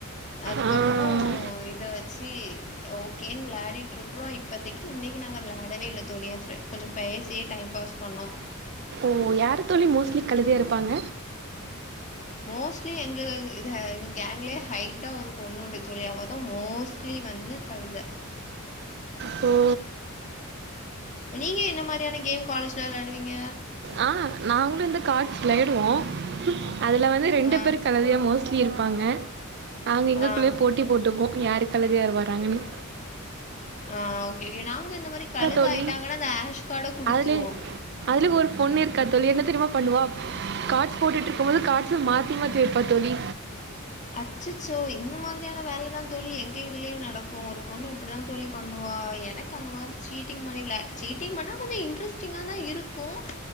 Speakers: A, on the left; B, on the right.
A: அதுக்கப்புறோ
B: ஆ
A: இத வெச்சி ஓகேன் விளாடிட்டு இருக்குறோ இப்பத்தைக்கு இன்னிக்கு நாங்க விளாடவே இல்ல தோலி ஏ ஃபரண்ட் கொஞ்சொ பேசியே டைம் பாஸ் பண்ணோ
B: ஓ யாரூ தோழி மோஸ்ட்லி கழுதயா இருப்பாங்க
A: மோஸ்ட்லி எங்க இது கேங்லே ஹைட்டா ஒரு பொண்ணுண்டு தோழி அவெ தா மோஸ்ட்லி வந்து கழுத
B: தோ
A: நீங்க என்ன மாரியான கேம் காலேஜ்ல விளயாடுவீங்க
B: ஆ நாங்களூ இந்த கார்ட்ஸ் விளைடுவோ அதுல வந்து ரெண்டு
A: ஆ
B: பேரூ கழுதயா மோஸ்ட் த்தி இருப்பாங்க நாங்க எங்கக்குள்ளயே
A: ஆ
B: போட்டி போட்டுக்குவோ யாருக் கலதியார் வறராங்கன்னு
A: ஆ ஓகேேநாங்க இந்த மாரி கழுதயிட்டாங்கன்னா
B: தோழி.
A: அந்த யஷ் கார்ட்ட குடுத்துருவோம்
B: அதுல அதுல ஒரு பொண்ணு இருக்கா தோழி என்ன தெரியுமா பண்ணுவா கார்ட்ஸ் போட்டுட்டு இருக்கும் மோது கார்ட்ஸ மாத்தி மாத்தி வெப்பா தோழி
A: அச்சச்சோ இந்த மாதிரியான வேல தான் தோழி எங்க இதுலயும் நடக்கும் ஒரு பொண்ணு இப்டி தான் தோழி பண்ணுவா எனக் னக் அந்த மாரி சீட்டிங் பண்ணி சீட்டிங் பண்ணால் கொஞ்சோம் இன்ட்ரெஸ்டிங்கா தான் இருக்கும்